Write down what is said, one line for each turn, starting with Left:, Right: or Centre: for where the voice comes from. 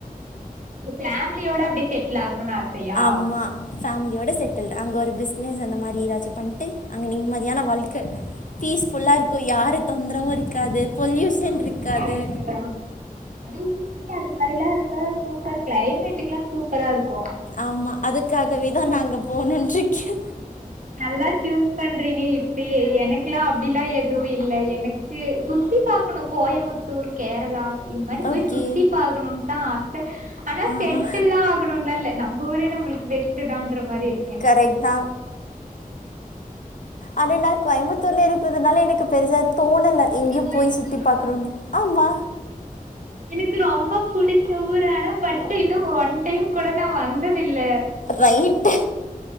Right: ஃபேமிலியோட அப்டியே செட்டில் ஆகணுனு ஆசையா
Left: ஆமா ஃபேமிலியோட செட்டில்ட் அங்கே ஒரு பிஸ்னஸ் அந்த மாரி எதாச்சு பண்ணிட்டு அங்கே நிம்மதியான வாழ்க்க பீஸ்ஃபுல்லா இருக்கு யாரு தொந்தரவு இருக்காது பொல்யூஷன்
Right: அதுவு
Left: இருக்காது
Right: கரெக்ட்டு தா அதுவு ஊட்டி அது மாதிரில்லா இருந்தா சூப்பர் கிளைமேட்டுக்ல்லா சூப்பரா இருக்கு
Left: ஆமா அதுக்காகவே தா நா அங்க போனுன்று இருக்கே
Right: நல்லா சூஸ் பண்றீங்க இப்பயே எனக்ல்லா அப்படிலா எதுவு இல்ல எனக் சுத்தி பாக்கணு கோயமுத்தூர் கேரளா இது மாரி போய்
Left: ஓகே
Right: சுத்தி பாக்கணு தா ஆச ஆனா
Left: ஆஹா
Right: செட்டில்லா ஆகணுன்லா இல்ல நம்ம ஊரே நம்மளுக்கு பெஸ்ட் தான்ற மாரி இருக்கே
Left: கரெக்ட் தா ஆனா நா கோயம்புத்தூர்ல இருக்கிறதுதுனால எனக்கு பெருசா தோணல எங்கேயு
Right: நீங்க கோயம்புத்தூரா
Left: போய் சுத்தி பாக்கணுன்னு ஆமா
Right: எனக்கு ரொம்ப பிடிச்ச ஊரு ஆனா பட் இன்னு ஒன் டைம் கூட நா வந்ததில்ல
Left: ரைட்டு